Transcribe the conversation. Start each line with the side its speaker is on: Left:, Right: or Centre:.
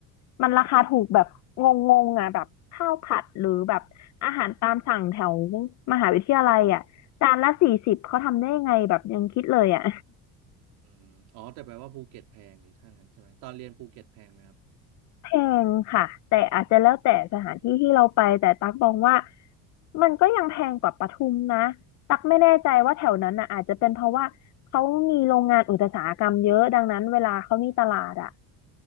Left: มันราคาถูกแบบงงๆอะแบบข้าวผัดหรือแบบอาหารตามสั่งแถวมหาวิทยาลัยอะจานละสี่สิบเขาทำได้ยังไงแบบยังคิดเลยอะ
Right: อืมอ๋อแต่แปลว่าภูเก็ตแพงดิถ้างั้นใช่ไหมตอนเรียนภูเก็ตแพงไหมครับ
Left: แพงค่ะแต่อาจจะแล้วแต่สถานที่ที่เราไปแต่ตักมองว่ามันก็ยังแพงกว่าปทุมนะตักไม่แน่ใจว่าแถวนั้นน่ะอาจจะเป็นเพราะว่าเขามีโรงงานอุตสาหกรรมเยอะดังนั้นเวลาเขามีตลาดอ่ะ